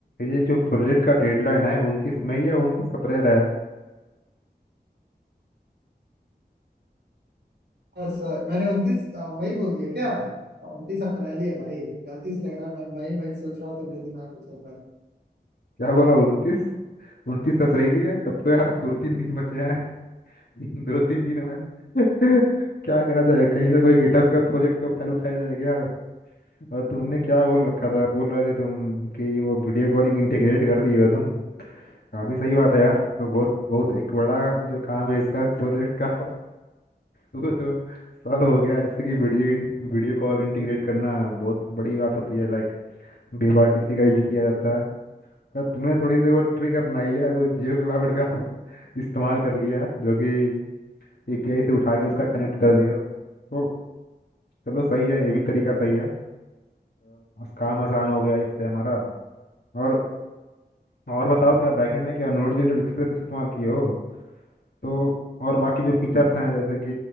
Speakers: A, on the left; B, on the right.
A: ये जो प्रोजेक्ट का डेडलाइन है उनतीस मई या उनतीस अप्रैल है
B: हाँ सर मैंने उनतीस मई बोल दिया क्या उनतीस अप्रैल ही है भाई गलती से लग रहा है मैं मई मई सोच रहा हूँ तो मेरे दिमाग में चल रहा है
A: क्या बोला उनतीस उनतीस अप्रैल ही है तब तो यार दो तीन दिन बचे हैं <laughs> दो तीन दिनों में <laughs> क्या करा जाए कहीं से कोई गिटहब का प्रोजेक्ट का फाइल उठाया जाए क्या और तुमने क्या बोल रखा था बोल रहे थे तुम कि वो वीडियो कॉलिंग इंटीग्रेट कर दिए हो तुम काफी सही बात है यार तो बहुत बहुत एक बड़ा जो काम है इसका प्रोजेक्ट का वो तो सॉल्व हो गया जैसे कि वीडियो वीडियो कॉल इंटीग्रेट करना बहुत बड़ी बात होती है लाइक बीआरटीसी का यूज किया जाता है पर तुमने थोड़ी सी वो ट्रिक अपनाई है वो जियो क्लाउड का <laughs> इस्तेमाल कर लिया है, जो कि एपीआई से उठा के उसका कनेक्ट कर दिया तो चलो सही है ये भी तरीका सही है अ, काम आसान हो गया इससे हमारा और और बताओ क्या बैकएंड में क्या नोड जैसे एक्सप्रेस इस्तेमाल किए हो तो और बाकी जो फीचर्स हैं जैसे कि